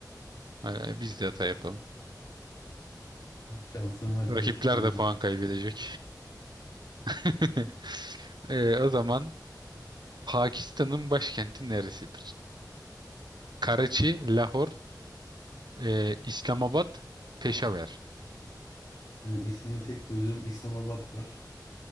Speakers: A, on the right; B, on the left.
A: Ha, Biz de hata yapalım.
B: Şansım var ya
A: Rakipler
B: 3 milyon.
A: de puan kaybedecek. <laughs> Ee, o zaman Pakistan'ın başkenti neresidir? Karachi, Lahor, e, İslamabad, Peşaver.
B: Yani ismini tek duyduğum İslamabad var.